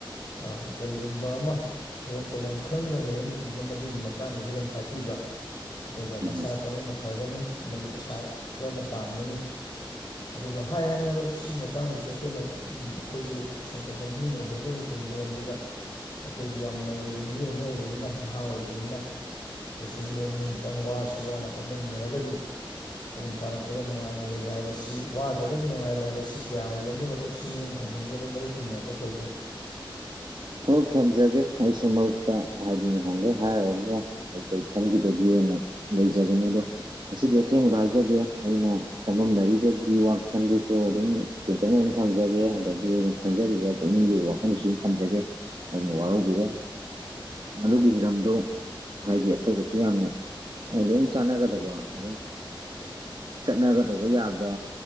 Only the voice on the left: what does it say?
ꯑ ꯀꯔꯤꯒꯨꯝꯕ ꯑꯃ ꯊꯕꯛ ꯇꯧꯐꯝ ꯈꯪꯗꯅ ꯂꯩꯔꯕ ꯃꯇꯝꯗꯨꯗ ꯃꯗꯨꯒꯤ ꯃꯇꯥꯡꯗ ꯍꯤꯔꯝ ꯇꯥꯛꯄꯤꯕ ꯑꯗꯨꯒ
ꯃꯁꯥ ꯀꯔꯝꯅ ꯐꯒꯅꯤ ꯑꯃꯗꯤ ꯄꯩꯁꯥ ꯀꯔꯝꯅ ꯇꯥꯟꯒꯅꯤ ꯑꯗꯨꯒ ꯍꯥꯏ ꯍꯥꯏꯅ ꯃꯔꯨꯞ ꯁꯤꯒꯤ ꯃꯇꯥꯡꯗꯁꯨ ꯑꯩꯈꯣꯏꯅ ꯑꯩꯈꯣꯏꯁꯨ ꯁꯦꯟꯊꯣꯛ ꯂꯝꯕꯤ ꯑꯃ ꯑꯣꯏꯍꯧꯗꯣꯏꯅꯤ ꯇꯨꯡꯒꯤ ꯂꯝꯕꯤꯗ ꯑꯩꯈꯣꯏꯗꯤ ꯌꯥꯝ ꯅꯧꯔꯤꯕ ꯃꯤꯑꯣꯏ ꯑꯃ ꯑꯣꯏꯕꯅꯤꯅ ꯅꯍꯥ ꯑꯣꯏꯔꯤꯕꯅꯤꯅ ꯑꯩꯈꯣꯏ ꯆꯍꯤ ꯑꯅꯤ ꯑꯍꯨꯝꯇꯪ ꯋꯥꯔꯁꯨ ꯋꯥꯅ ꯍꯣꯠꯅꯃꯤꯟꯅꯔꯒꯗꯤ ꯇꯨꯡ ꯇꯥꯔꯛꯄꯗ ꯅꯨꯡꯉꯥꯏꯅ ꯂꯩꯕ ꯍꯥꯏꯕꯁꯤ ꯋꯥ ꯅꯠꯇ꯭ꯔꯒꯗꯤ ꯅꯨꯡꯉꯥꯏꯕ ꯍꯥꯏꯕ ꯁꯤ ꯀꯌꯥ ꯑꯣꯏꯒꯟꯗꯦ ꯃꯔꯨꯞ ꯑꯁꯤꯅꯦ ꯑꯩꯅꯥ ꯊꯝꯖꯅꯤꯡꯉꯦ ꯑꯗꯨ ꯃꯔꯨꯞꯒꯤ ꯃꯣꯠꯇ ꯀꯔꯤ ꯂꯩ ꯒ